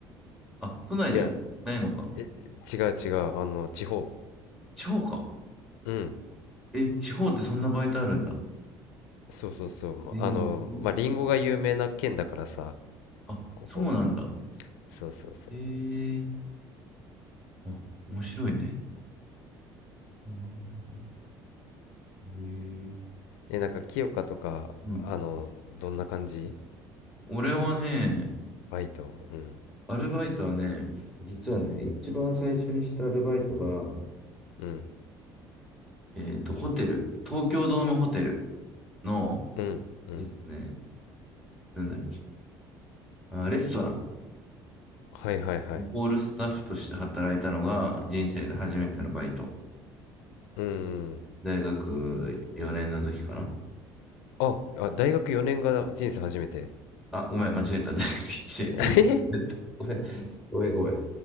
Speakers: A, in the centre; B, on the left (about 90°).
A: あ、都内じゃないのか。
B: いや、え、違う違う、あの、地方。
A: 地方か。
B: うん。
A: え、地方ってそんなバイトあるんだ。
B: そうそうそう。まあの、
A: ええ、面白い。
B: まあ、リンゴが有名な県だからさ、
A: あ、
B: ここ。
A: そうなんだ。
B: そうそうそう。
A: ええ、あ、面白いね。うん。ええ、
B: え、なんか清香とか、
A: うん。
B: あの、どんな感じ
A: 俺はね、
B: バイト。うん。
A: アルバイトはね、実はね、一番最初にしたアルバイトが、
B: うん。
A: えっと、ホテル、東京ドームホテルの、
B: うん。うん。
A: えっとね、なんだっけ、あ、レストラン、
B: はいはいはい。
A: ホールスタッフとして働いたのが人生で初めてのバイト。
B: うん。
A: 大学4年の時かな。
B: あ、あ、大学4年が人生初めて。
A: あ、ごめん、間違えた。大学1年、
B: <laughs> え
A: 全然間違えた。ごめん、ごめん、ごめん。